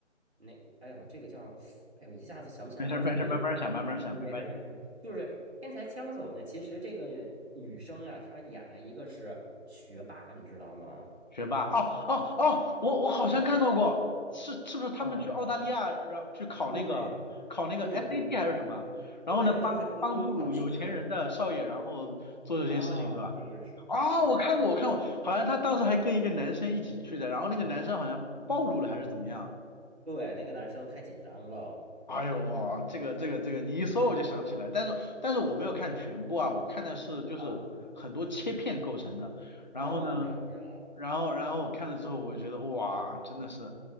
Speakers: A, on the right; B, on the left.
A: 那哎呦，这个叫哎呦，我一下子想不起来了。
B: 没事儿没事儿，
A: 反正就
B: 慢慢想慢慢想，
A: 嗯，
B: 没关系。
A: 没事儿没事儿，就是天才枪手呢。其实这个女生啊，她演了一个是学霸，你知道吗？
B: 学霸哦哦哦，我我好像看到过，是是不是他们去澳大利亚，
A: 啊，
B: 然后去考那个考那个
A: 对对对对
B: SAT 还是什么？然后呢，
A: 对，
B: 帮帮助有钱人的少爷，
A: 就是做英语考试
B: 然后做这件事情是吧？
A: 啊，是是是，
B: 哦，
A: 是的是，
B: 我看过，我看过，好像他当时还跟一个男生一起去的，然后那个男生好像暴露了还是怎么样？
A: 对，那个男生太紧张了。
B: 哎呦哇，这个这个这个，你一说我就想起来，但是但是我没有看全部啊，我看的是就是很多切片构成的，
A: 啊。
B: 然后呢。
A: 哦，了解了。
B: 然后然后我看了之后，我就觉得哇，真的是，